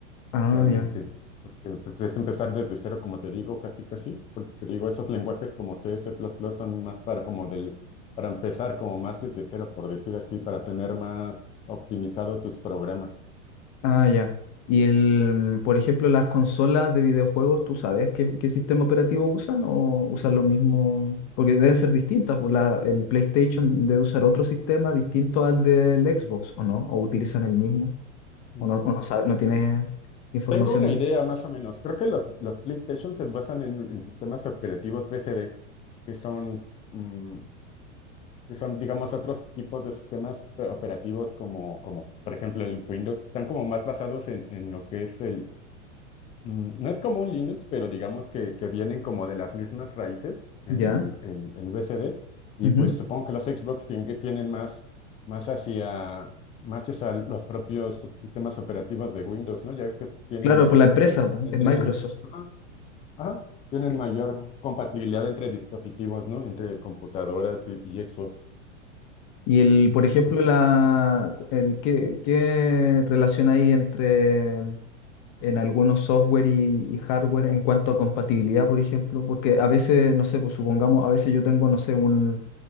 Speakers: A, on the left; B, on the left.
A: Ah,
B: realmente,
A: ya.
B: porque pues, es empezar desde cero, como te digo, casi casi, porque te digo, esos lenguajes como C, C++ son más para como del, para empezar como más desde cero, por decir así, para tener más optimizado tus programas.
A: Ah, ya. Y el, por ejemplo, las consolas de videojuegos, ¿tú sabes qué, qué sistema operativo usan o usan lo mismo? Porque deben ser distintas, pues la, el PlayStation debe usar otro sistema distinto al del Xbox, ¿o no? ¿O utilizan el mismo?
B: Mm,
A: ¿O no, o no sabe- no tienes información
B: Tengo una
A: de?
B: idea más o menos. Creo que los, los PlayStation se basan en, en sistemas operativos BCD, que son, mm, que son, digamos, otros tipos de sistemas eh, operativos como, como, por ejemplo, el Windows. Están como más basados en, en lo que es el, Mm, No es como un Linux, pero digamos que, que vienen como de las mismas raíces, el,
A: Ya.
B: el, el BCD, y
A: Ujú.
B: pues supongo que los Xbox tien- que tienen más, más hacia, más hacia los propios sistemas operativos de Windows, ¿no? Ya que tienen
A: Claro,
B: mayor
A: por la empresa,
B: compatibilidad
A: pues,
B: entre,
A: es Microsoft.
B: en- ajá, ajá, tienen
A: Sí.
B: mayor compatibilidad entre dispositivos, ¿no? Entre computadoras y, y Xbox.
A: Y el, por ejemplo,
B: Es
A: la, el, ¿qué, qué relación hay entre en algunos software y, y hardware en cuanto a compatibilidad, por ejemplo, porque a veces, no sé, pues supongamos, a veces yo tengo, no sé, un,